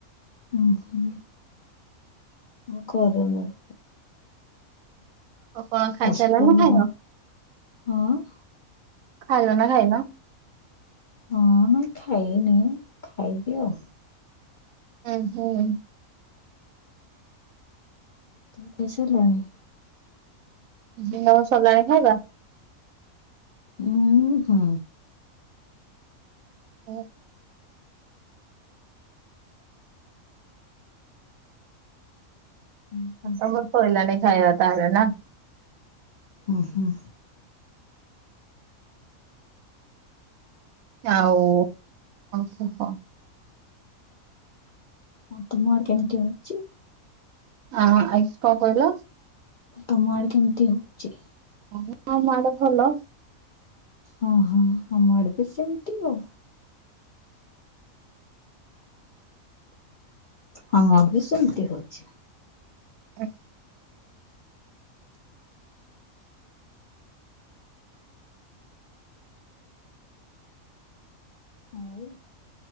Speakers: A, on the left (about 55°); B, on the right (about 75°).
A: ହଁ ହଁ ମୁଁ କରେନି। <inaudible>
B: ଆଉ କଣ ଖାଇସାରିଲ
A: ଅଷ୍ଟମି-
B: ନା ଖାଇନ?
A: <inaudible>
B: ଖାଇଲ ନା ଖାଇନ?
A: ହଁ ମୁଁ ଖାଇନି ଖାଇବି ଆଉ।
B: ଉଁ ହୁଁ।
A: ତମେ ଖଇସାରିଲଣି?
B: ଦିନର ସରିଲାଣି ଖାଇବା?
A: ଉଁ ହୁଁ।
B: ଓ <unintelligible>
A: ହୁଁ।
B: ତମର ସଇଲାଣି ଖାଇବା ତାହେଲେ ନା?
A: ଓ ହୋ।
B: ଆଉ ଓହୋ। <unintelligible>
A: ଆଉ ତୁମ ଆଡେ କେମିତି ହଉଛି?
B: ହଁ ଆଇସ୍ କଣ କହିଲ?
A: ତମ ଆଡେ କେମିତି ହଉଛି?
B: ହଁ ଆମ ଆଡେ ଭଲ।
A: ହଁ ହଁ ଆମ ଆଡେ ବି ସେମିତି ଆଉ। ହଁ ମୋର ବି ସେମିତି ହଉଛି।
B: ହ <unintelligible>
A: ହଉ